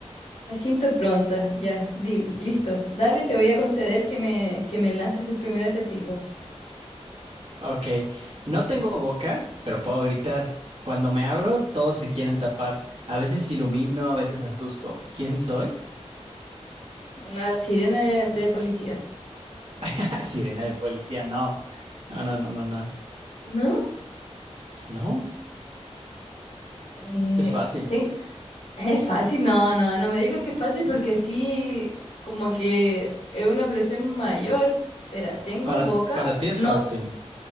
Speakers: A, on the left (about 80°); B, on the right (about 55°).
A: Me siento pronta. Ya, deal, listo. Dale, te voy a conceder que me, que me lances el primer acertijo.
B: Ok, no tengo boca, pero puedo gritar. Cuando me abro, todos se quieren tapar. A veces ilumino, a veces asusto. ¿Quién soy?
A: Una sirena de, de policía.
B: <laughs> Sirena de policía, no. No, no, no, no, no.
A: ¿No?
B: No,
A: Eh,
B: es fácil.
A: ten- Es fácil, no, no, no me digas que es fácil porque así como que es una presión mayor. Espera, ¿tengo
B: Para,
A: boca?
B: para ti
A: No,
B: es fácil.